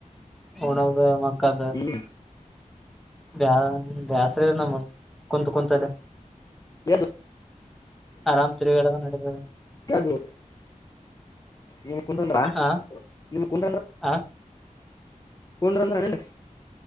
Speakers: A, in the centre; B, on the left.
A: ಹನಾಗ ಮಕ್ಕಾದ
B: ಹ್ಮ್
A: ಬ್ಯಾ ಬೇಸ್ರ ನಮ್ಮ ಕುಂತ ಕುಂತಲ್ಲ
B: ಯ
A: ಆರಾಮ್ ತಿರುಗಾಡದ ನಡೀತದೆ
B: ಯ ನಿಮ ಕುಟಂದ್ರಾ
A: ಆ
B: ನಿಮ ಕುಟಂದ್ರ
A: ಆ
B: ಹೊಂಡ ಅಂತಲ್ಲ <inaudible>